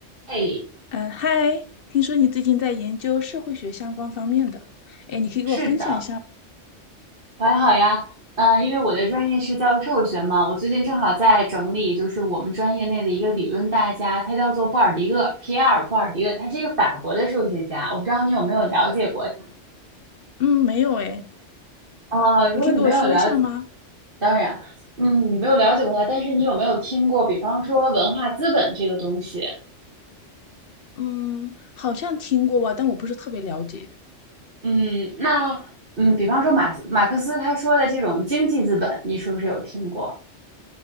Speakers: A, on the right; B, on the left.
A: 哎，
B: 嗯，嗨，听说你最近在研究社会学相关方面的，哎，你可以给我分享一下吗
A: 是的，我还好呀。嗯、因为我的专业是教育社会学嘛，我最近正好在整理，就是我们专业内的一个理论大家，他叫做布尔迪厄，皮埃尔·布尔迪厄，他是一个法国的数学家。我不知道你有没有了解过他？
B: 嗯，没有哎，
A: 哦，如果你没有了解，
B: 你可以给我说一下吗？
A: 当然，嗯，你没有了解过他，但是你有没有听过，比方说文化资本这个东西？
B: 嗯，好像听过吧，但我不是特别了解
A: 嗯，那嗯，比方说马斯马克思他说的这种经济资本，你是不是有听过？